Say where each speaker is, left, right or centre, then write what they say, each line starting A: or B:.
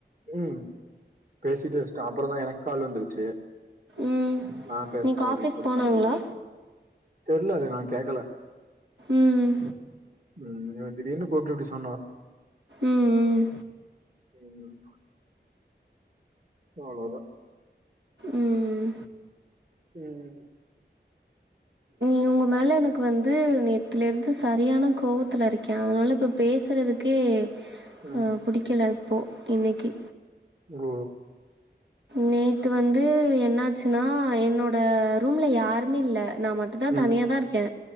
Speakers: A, on the right (about 50°); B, on the right (about 80°).
A: ம் பேசிட்டு வஷ்ட்ட அப்புறம் தா எனக்கு கால் வந்துருச்சு
B: ம்
A: நா பேசணு
B: இன்னைக்கு
A: அப்டின்
B: ஆஃபீஸ்
A: சொல்லிட்டு
B: போனாங்களா
A: நா போயிட்டே தெர்ல அது நா கேக்கல
B: ம்
A: ம் இவ திடீர்னு கூப்ட்டு இப்டி சொன்னா
B: ம் ம்
A: ம் அவ்ளோதா
B: ம்
A: ம்
B: உங்க மேல எனக்கு வந்து நேத்துலேந்து சரியான கோவத்துல இருக்கே அதனால இப்ப பேசுறதுக்கு க்கே
A: ம்,
B: புடிக்கல இப்போ இன்னைக்கி
A: ம்
B: நேத்து வந்து என்னச்சுன்னா என்னோட ரூம்ல யாருமே இல்ல நா மட் தா
A: ம்
B: தனியாதா இருக்கே